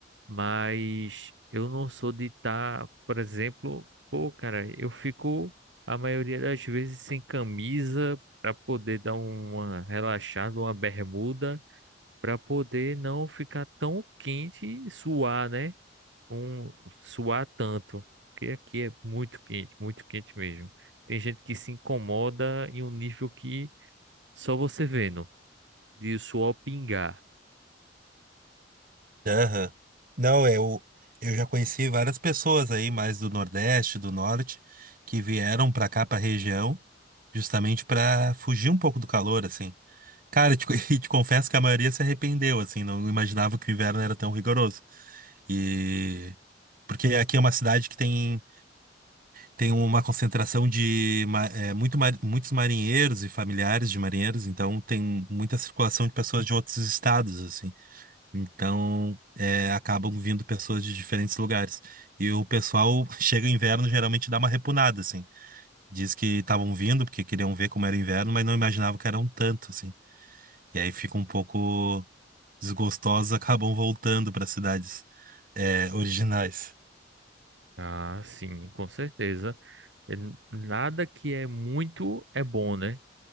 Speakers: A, on the right; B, on the right.
A: Mas eu não sou de estar, por exemplo, pô, cara, eu fico a maioria das vezes sem camisa para poder dar uma relaxada, uma bermuda, para poder não ficar tão quente e suar, né? um suar tanto, porque aqui é muito quente, muito quente mesmo. Tem gente que se incomoda em um nível que só você vendo, de o suor pingar.
B: Aham. Não, é, eu, eu já conheci várias pessoas aí, mais do Nordeste, do Norte, que vieram para cá, para região, justamente para fugir um pouco do calor, assim. Cara, eu te, co- <laughs> e te confesso que a maioria se arrependeu, assim, não imaginava que o inverno era tão rigoroso. E porque aqui é uma cidade que tem, tem uma concentração de ma- é, muito, mar- muitos marinheiros e familiares de marinheiros, então tem muita circulação de pessoas de outros estados, assim. Então é, acabam vindo pessoas de diferentes lugares. E o pessoal <laughs> chega o inverno geralmente dá uma repunada, assim. Diz que estavam vindo porque queriam ver como era o inverno, mas não imaginavam que era um tanto, assim. E aí fica um pouco desgostosos acabam voltando para cidades é, originais.
A: Ah, sim, com certeza. É n- Nada que é muito é bom, né?